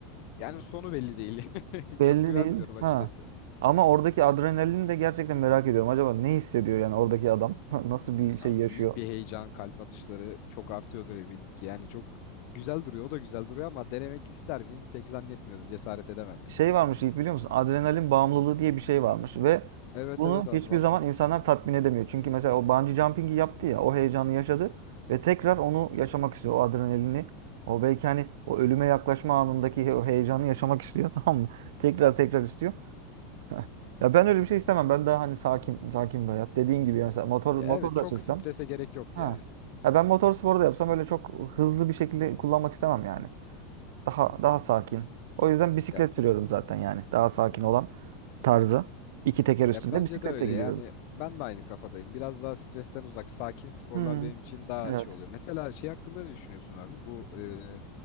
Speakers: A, on the left; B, on the right.
A: yani sonu belli değil.
B: belli
A: <laughs> Çok güvenmiyorum
B: değil.
A: açıkçası.
B: Ha. Ama oradaki adrenalini de gerçekten merak ediyorum. Acaba ne hissediyor yani oradaki adam? <laughs> Nasıl bir şey
A: Ya
B: yaşıyor?
A: büyük bir heyecan, kalp atışları çok artıyordur eminim ki. Yani çok güzel duruyor. O da güzel duruyor ama denemek ister miyim? Pek zannetmiyorum. Cesaret edemem ya.
B: şey varmış Yiğit biliyor musun? Adrenalin bağımlılığı diye bir şey varmış ve
A: Evet
B: bunu
A: evet abi
B: hiçbir
A: var.
B: zaman insanlar tatmin edemiyor. Çünkü mesela o bungee jumping'i yaptı ya, o heyecanı yaşadı ve tekrar onu yaşamak istiyor, o adrenalini. O belki hani o ölüme yaklaşma anındaki he- o heyecanı yaşamak istiyor <laughs> tamam mı? Tekrar tekrar istiyor. <laughs> Ya ben öyle bir şey istemem. Ben daha hani sakin sakin bir hayat. Dediğin gibi yani sen motor
A: Ya
B: motor
A: evet çok
B: da açılsam.
A: strese gerek yok
B: Ha.
A: ya.
B: Ya ben motor sporu da yapsam öyle çok hızlı bir şekilde kullanmak istemem yani. Daha daha sakin. O yüzden bisiklet
A: Ya
B: sürüyorum zaten yani. Daha sakin olan tarzı. İki teker üstünde
A: Ya bence
B: bisikletle
A: de öyle
B: gidiyorum.
A: yani ben de aynı kafadayım. Biraz daha stresten uzak, sakin sporlar
B: Hmm.
A: benim için daha
B: Evet.
A: şey oluyor. Mesela şey hakkında ne düşünüyorsun abi? Bu e,